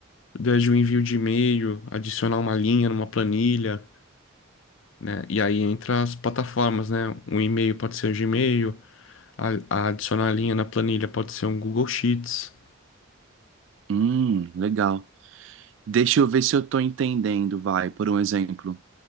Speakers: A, on the left; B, on the right.
A: desde o envio de e-mail, adicionar uma linha numa planilha, né? E aí entra as plataformas, né? Um e-mail pode ser o Gmail, a, a adicionar a linha na planilha pode ser um Google Sheets.
B: Hum, legal. Deixa eu ver se eu estou entendendo, vai, por um exemplo.